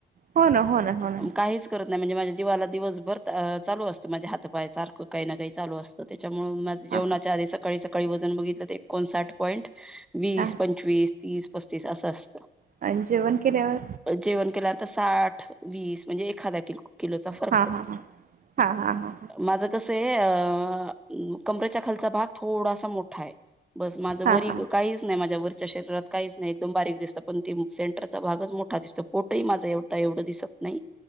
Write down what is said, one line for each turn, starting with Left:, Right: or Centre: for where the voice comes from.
Right: हो ना हो ना हो ना.
Centre: काहीच करत नाही म्हणजे माझ्या जीवाला दिवसभर चालू असतं माझे हातपाय सारखं काही ना काही चालू असतं. तर त्याच्यामुळं माझं जेवणाच्या
Right: हा
Centre: आधी सकाळी सकाळी वजन बघितलं तर एकोणसाठ पॉईंट वीस,
Right: हा
Centre: पंचवीस, तीस पस्तीस असं असतं.
Right: आणि जेवण केल्यावर
Centre: जेवण केलं आता साठ, वीस म्हणजे एखादा किलो किलोचा फरक
Right: हा हा
Centre: पडतो
Right: हा हा हा हा
Centre: माझं कस आहे अ कमरेच्या खालचा भाग थोडासा मोठा आहे. बस माझं
Right: हा
Centre: वरी
Right: हा
Centre: काहीच नाही माझ्या वर च्या शरीरात काहीच नाही एकदम बारीक दिसतं पण ती सेंटरचा भागच मोठा दिसतो. पोटही माझ एवढा एवढं दिसत नाही.